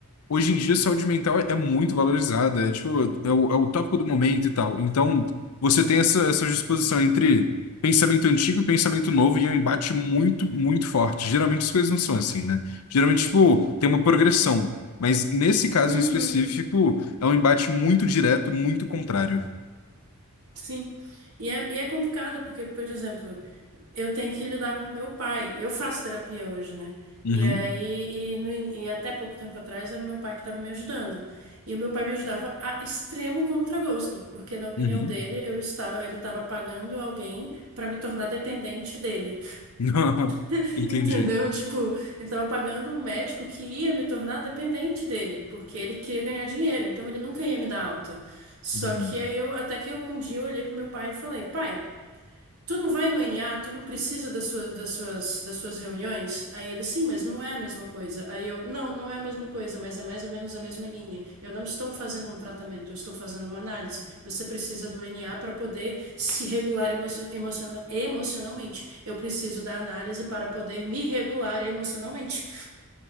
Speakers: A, on the left (about 80°); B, on the right (about 75°).
A: Hoje em dia, saúde mental é é muito valorizada, é, tipo, é o, é o tópico do momento e tal. Então, você tem essa, essa disposição entre pensamento antigo e pensamento novo, e é um embate muito, muito forte. Geralmente as coisas não são assim, né? Geralmente, tipo, tem uma progressão. Mas nesse caso
B: uhum,
A: em específico, é um embate muito direto, muito contrário.
B: sim. E é, e é complicado, porque, por exemplo. eu tenho que lidar com meu pai. Eu faço terapia hoje, né?
A: Uhum,
B: E aí, e, no in- e até pouco tempo atrás, era meu pai que estava me ajudando. E o meu pai me ajudava a extremo contragosto, porque na opinião
A: uhum.
B: dele, eu estava, ele estava pagando alguém para me tornar dependente dele.
A: <laughs> Não,
B: <laughs>
A: entendi.
B: Entendeu? Tipo, ele estava pagando um médico que ia me tornar dependente dele, porque ele queria ganhar dinheiro, então ele nunca ia me dar alta. Só
A: Uhum.
B: que aí eu, até que eu- um dia eu olhei pro meu pai e falei, pai. Tu não vai no NA, tu não precisa das sua- das suas, das suas reuniões? Aí ele, sim, mas não é a mesma coisa. Aí eu, não, não é a mesma coisa, mas é mais ou menos a mesma linha. Eu não estou fazendo um tratamento, eu estou fazendo uma análise. Você precisa do NA para poder se regular emo emociona- emocionalmente. Eu preciso da análise para poder me regular emocionalmente. <laughs>